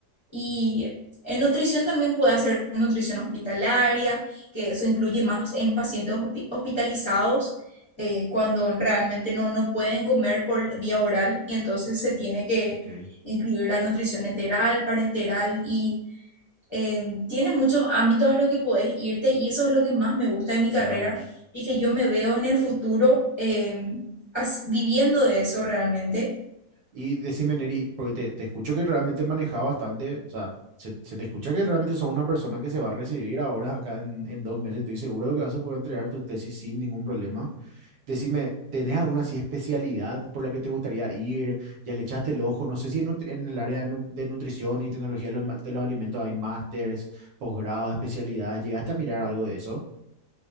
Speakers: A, on the left; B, on the right.
A: Y en nutrición también puede hacer nutrición hospitalaria, que eso incluye más en pacientes hospi- hospitalizados, eh, cuando realmente no, no pueden comer por vía oral y entonces se tiene que
B: ok,
A: incluir la nutrición enteral, parenteral y eh, tiene muchos ámbitos a los que podés irte y eso es lo que más me gusta de mi carrera
B: mira vos.
A: y que yo me veo en el futuro eh, as- viviendo de eso realmente.
B: Y decime, Neri, porque te, te escucho que realmente manejas bastante, o sea, se, se te escucha que realmente sos una persona que se va a recibir ahora acá en, en dos meses. Estoy seguro de que vas a poder entregar tu tesis sin ningún problema. Decime, ¿tenés alguna así especialidad por la que te gustaría ir? ¿Ya le echaste el ojo? No sé si en, nut- en el área de, nu- de nutrición y tecnología de los, ma- de los alimentos hay másters, posgrados, especialidades. ¿Llegaste a mirar algo de eso?